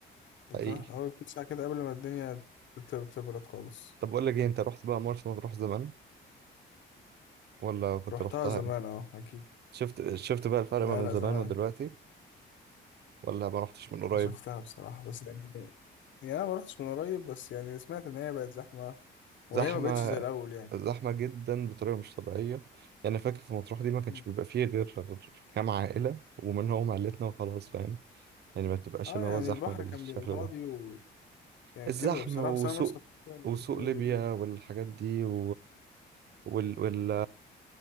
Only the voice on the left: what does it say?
أنت
تروح في أول تسعة كده قبل ما الدنيا تت- تبرد خالص
رحتها
زمان
أه أكيد
لا
لا
زمان
أنا شفتها بصراحة بس يعني يعني أنا ما رحتش من قريب بس يعني سمعت إن هي بقت زحمة وهي
ما بقتش زي الأول يعني
مم.
أه
يعني
البحر
كان بيبقى فاضي
وكان
كده بصراحة
بس أنا مرسى مطروح يعني
حلوة
جدا